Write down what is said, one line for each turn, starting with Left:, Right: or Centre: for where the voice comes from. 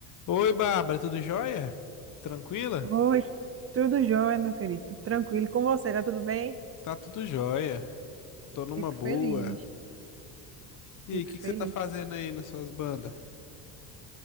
Left: Oi, Bárbara, tudo jóia? Tranquila?
Right: Oi, tudo jóia, meu querido? Tudo tranquilo com você, tá tudo bem?
Left: Tá tudo jóia. Tô numa
Right: Fico
Left: boa.
Right: feliz,
Left: E
Right: fico
Left: aí, o que
Right: feliz.
Left: que você tá fazendo aí nas suas bandas?